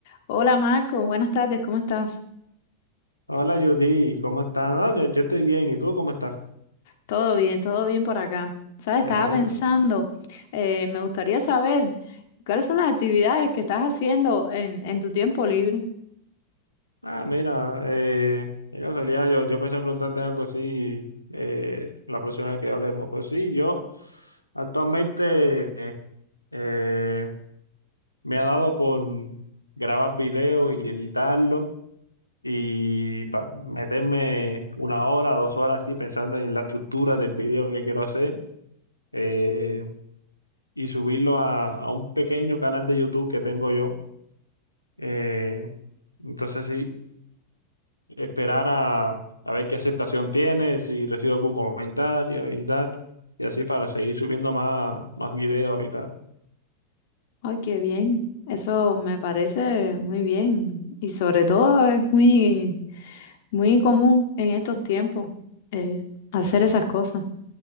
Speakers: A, on the left; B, on the left.
A: Hola Marco, buenas tardes, ¿cómo estás?
B: Hola Judy, ¿cómo estás? No, yo, yo estoy bien, ¿y tú cómo estás?
A: Todo bien, todo bien por acá. Sabes, estaba
B: Me alegro.
A: pensando, eh, me gustaría saber cuáles son las actividades que estás haciendo en, en tu tiempo libre.
B: Ah, mira, eh, de casualidad, yo, yo pensé preguntarte algo así eh, la próxima vez que hablemos. Pues sí, yo actualmente eh, eh, me ha dado por grabar videos y editarlo y pa- meterme una hora, dos horas así pensando en la estructura del video que quiero hacer eh, y subirlo a a un pequeño canal de YouTube que tengo yo Eh, entonces sí, esperar a, a ver qué aceptación tiene, si recibo algún comentario y tal, y así para seguir subiendo más, más videos y tal.
A: Ay, qué bien, eso me parece muy bien y sobre todo es muy, muy común en estos tiempos eh, hacer esas cosas.